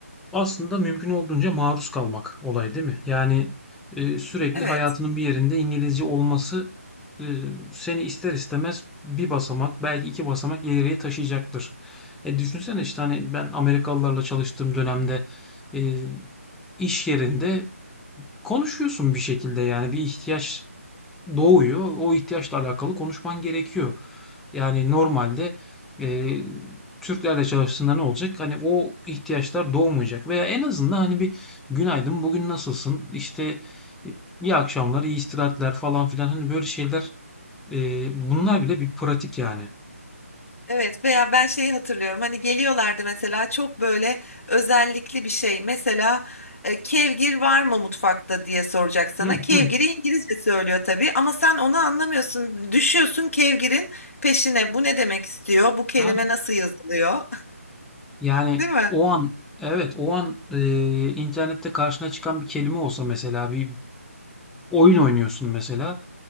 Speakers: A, in the centre; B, on the left (about 60°).
A: Aslında mümkün olduğunca maruz kalmak olay değil mi? Yani e, sürekli
B: Evet.
A: hayatının bir yerinde İngilizce olması e, seni ister istemez bir basamak belki iki basamak ileriye taşıyacaktır. E, düşünsene işte hani ben Amerikalılarla çalıştığım dönemde e, iş yerinde konuşuyorsun bir şekilde yani bir ihtiyaç doğuyor. O ihtiyaçla alakalı konuşman gerekiyor. Yani normalde e, Türklerle çalıştığında ne olacak? Hani o ihtiyaçlar doğmayacak veya en azından hani bir günaydın bugün nasılsın? İşte e, iyi akşamlar, iyi istirahatler falan filan hani böyle şeyler e, bunlar bile bir pratik yani.
B: Evet veya ben şeyi hatırlıyorum hani geliyorlardı mesela çok böyle özellikli bir şey mesela e, kevgir var mı mutfakta diye soracak sana
A: Hı
B: kevgiri
A: hı.
B: İngilizce söylüyor tabii ama sen onu anlamıyorsun düşüyorsun kevgirin peşine bu ne demek istiyor bu kelime
A: Ha?
B: nasıl yazılıyor
A: Yani
B: <laughs> değil mi?
A: o an evet o an e, internette karşına çıkan bir kelime olsa mesela bir oyun oynuyorsun mesela